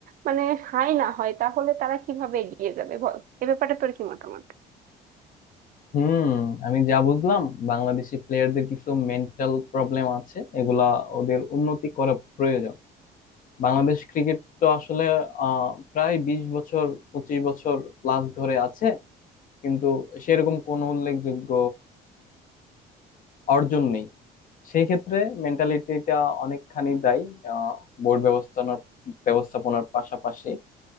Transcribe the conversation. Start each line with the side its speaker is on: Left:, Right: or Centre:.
Right: মানে হাই না হয় তাহলে তারা কিভাবে এগিয়ে যাবে বল এ ব্যাপারে তোর কি মতামত
Left: হুম আমি যা বুঝলাম বাংলাদেশি প্লেয়ারদের কিছু মেন্টাল প্রবলেম আছে এগুলা ওদের উন্নতি করা প্রয়োজন বাংলাদেশ ক্রিকেট তো আসলে আহ প্রায় বিশ বছর পঁচিশ বছর প্লাস ধরে আছে কিন্তু সেরকম কোনো উল্লেখযোগ্য অর্জন নেই সেই ক্ষেত্রে মেন্টালিটিটা অনেকখানি দায়ী আহ বোর্ড ব্যবস্থাপনার ব্যবস্থাপনার পাশাপাশি